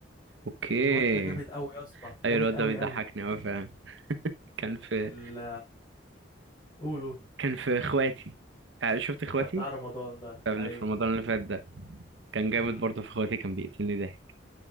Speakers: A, on the right; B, on the left.
A: اوكي
B: الواد ده جامد قوي يا اسطى جامد
A: ايوه الواد
B: قوي
A: ده بيضحكني
B: قوي
A: قوي فعلا كان في
B: ال قولوا
A: كان في اخواتي آه، شفت اخواتي
B: ده بتاع رمضان ده
A: اللي
B: ايوه
A: في رمضان اللي فات ده كان جامد
B: مم.
A: برضه في اخواتي كان بيقتلني ضحك